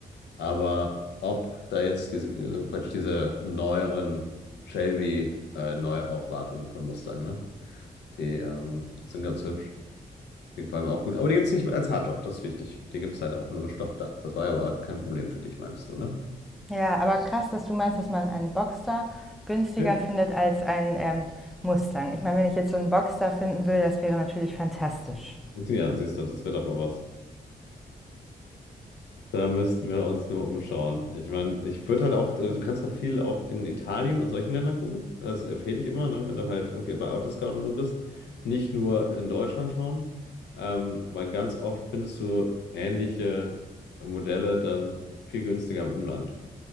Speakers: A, on the left (about 80°); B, in the centre.
A: aber ob da jetzt diese, äh, praktisch diese neueren Shelby äh, Neuaufwartungen von Mustang, ne? Die ähm, sind ganz hübsch. Die gefallen mir auch gut. Aber die gibt es nicht als Hardtop, das ist wichtig. Die gibt es halt auch nur mit Stoffdach. Das war ja aber kein Problem für dich, meinst du, ne?
B: Ja, aber krass, dass du meinst, dass man einen Boxster günstiger
A: Ja.
B: findet als einen ähm, Mustang. Ich meine, wenn ich jetzt so einen Boxster finden würde, das wäre natürlich fantastisch.
A: Ja, siehst du, das wird doch mal was. Da müssten wir uns nur umschauen. Ich meine, ich würde halt auch, äh, du kannst halt viel auch in Italien und solchen Ländern gucken. Das empfehle ich immer, ne, wenn du halt irgendwie bei Autoscout und so bist. Nicht nur in Deutschland schauen, ähm, weil ganz oft findest du ähnliche Modelle dann viel günstiger im Umland,